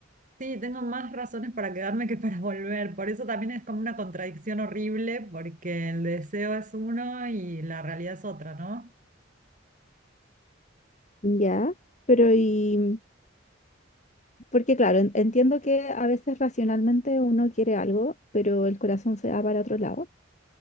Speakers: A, on the right; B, on the left.
A: Sí, tengo más razones para quedarme que para volver, por eso también es como una contradicción horrible, porque el deseo es uno y la realidad es otra, ¿no?
B: Ya, pero ¿y, Porque claro, en- entiendo que a veces racionalmente uno quiere algo, pero el corazón se va para otro lado.